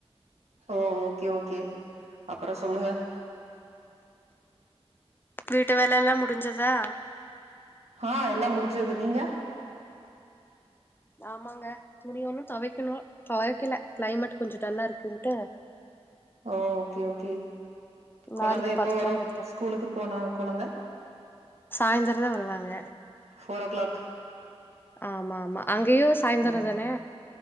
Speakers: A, on the right; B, on the left.
A: ஓ ஓகே ஓகே அப்புறம் சொல்லுங்க
B: வீட்டு வேலை எல்லாம் முடிஞ்சதா
A: ஆஹ் எல்லாம் முடிஞ்சது நீங்க
B: ஆமாங்க துணிய ஒனும் துவைக்கணும் துவைக்கல கிளைமேட் கொஞ்சம் டல்லா இருக்குன்ட்டு
A: ஓ ஓகே ஓகே கொழந்தை
B: நாளைக்கு
A: எப்போ
B: பாத்துக்கலான்னு
A: வரும் ஸ்கூலுக்கு போனா கொழந்த
B: சாய்தர தா வருவாங்க
A: ஃபோர் ஓ கிளாக்
B: ஆமா ஆமா அங்கேயு சாய்ந்தர
A: ஓ
B: தானே